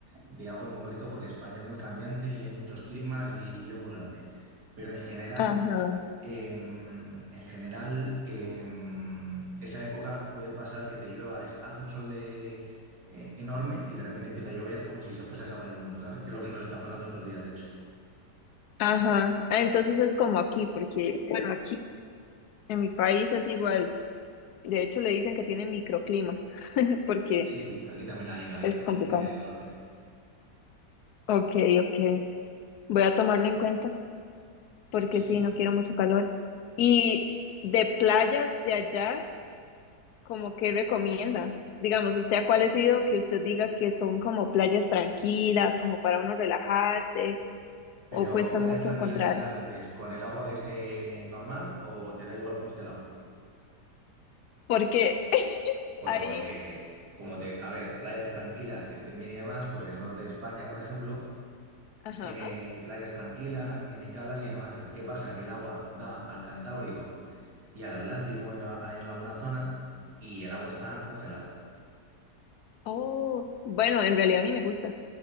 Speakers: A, on the right; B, on the left.
A: de algo en concreto porque España es muy cambiante y hay muchos climas y es muy grande, pero en general
B: Ajá,
A: em, en general, em, esa época puede pasar que te llueva, es- hace un sol de, eh, enorme y de repente empieza a llover como si se fuese a acabar el mundo, ¿sabes? Que es lo que nos está pasando estos días, de hecho.
B: ajá. Ah, Entonces es como aquí, porque bueno, aquí en mi país es igual. De hecho, le dicen que tiene microclimas, <laughs> porque
A: Sí, aquí también hay en Galicia,
B: es complicado.
A: en el norte.
B: Ok, ok. Voy a tomarlo en cuenta, porque
A: Sí,
B: sí, no quiero mucho calor. Y de playas de allá. como que recomienda? Digamos, ¿usted a cuál ha sido que usted diga que son como playas tranquilas, como para uno relajarse,
A: Pero
B: o cuesta
A: playas
B: mucho
A: tranquilas
B: encontrar?
A: y relajantes, con el agua que esté normal o te da igual cómo esté el agua.
B: Porque
A: Pues
B: ahí,
A: porque, como te, a ver, playas tranquilas que estén bien y demás, pues en el norte de España, por ejemplo,
B: ajá,
A: tiene playas tranquilas, tiene calas y demás. ¿Qué pasa? Que el agua da al Cantábrico y al Atlántico en a- en alguna zona y el agua está congelada.
B: oh, bueno, en realidad a mí me gusta.